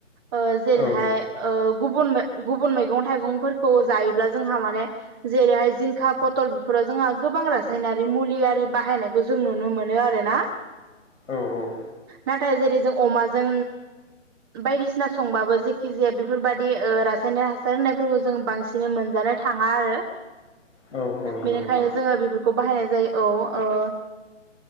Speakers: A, on the right (about 20°); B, on the left (about 75°).
A: ओ जेरैहाय
B: औ
A: गुबुन गुबुन मैगं थाइगंफोरखौ जायोब्ला जोंहा माने जेरैहाय जिंखा पथल बेफोराव जोंहा गोबां रासायनारि मुलियारि बाहायनायखौ जों नुनो मोनो आरोना <inaudible>
B: औ औ
A: नाथाय जेरै जों अमाजों बायदिसिना संबाबो जेखि जाया बेफोरबायदि रासायनारि हासार होनायफोरखौ जों बांसिन मोनजानो थाङा आरो
B: नंगौ
A: बेनिखायनो
B: नोंथां
A: जोङो बेफोरखौ बाहायनाय जायो औ